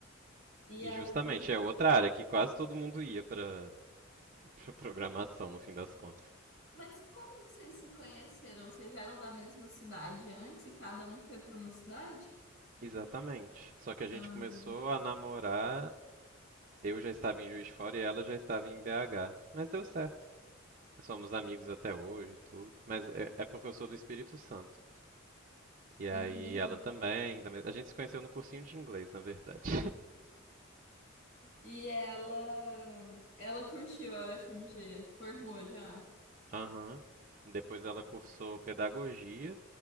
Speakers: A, on the left (about 70°); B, on the right (about 40°).
A: E
B: E
A: aí?
B: justamente é outra área que quase todo mundo ia pra, pra programação, no fim das contas.
A: Mas como que vocês se conheceram? Vocês eram da mesma cidade antes e cada um foi para uma cidade?
B: Exatamente. Só que a gente
A: Ah,
B: começou a namorar, eu já estava em Juiz de Fora e ela já estava em BH. Mas deu certo. Somos amigos até hoje, e tudo. Mas é, é porque eu sou do Espírito Santo. E
A: entendi.
B: aí ela também, da a gente se conheceu no cursinho de inglês, na verdade.
A: E ela, ela curtiu a UFMG, formou já?
B: Aham. Depois ela cursou pedagogia